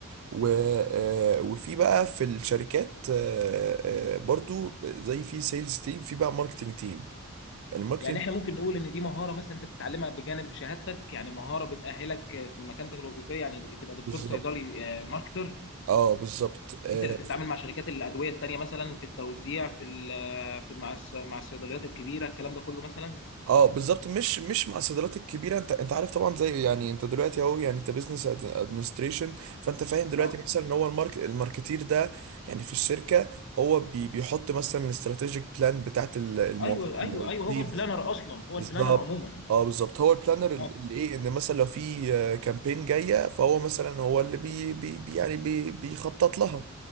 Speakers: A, on the right; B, on the left.
A: و... آه، وفي بقى في الشركات آه، آه، برضو زي في سيلز تيم في بقى ماركتنج تيم الماركتنج
B: يعني احنا ممكن نقول ان دي مهاره مثلا انت بتتعلمها بجانب شهادتك يعني مهاره بتاهلك في مكانتك الوظيفيه يعني تبقى دكتور
A: بالظبط
B: صيدلي ماركتر
A: اه بالظبط آه،
B: انت اللي بتتعامل مع شركات الادويه التانيه مثلا في التوزيع في ال- في مع الص- مع الصيدليات الكبيره الكلام ده كله مثلا
A: اه بالظبط مش مش مع الصيدليات الكبيره انت انت عارف طبعا زي يعني انت دلوقتي اهو يعني انت بزنس ادمنستريشن فانت فاهم دلوقتي
B: اه
A: مثلا ان هو المارك الماركتير ده يعني في الشركه هو بي بيحط مثلا الاستراتيجيك بلان بتاعت الموظفين
B: ايوه ايوه ايوه هو البلانر اصلا هو
A: بالظبط
B: البلانر عموما
A: اه بالظبط هو البلانر اللي
B: اه
A: ايه ان مثلا لو في آه، كامبين جايه فهو مثلا هو اللي بي بي بي- يعني بي بيخطط لها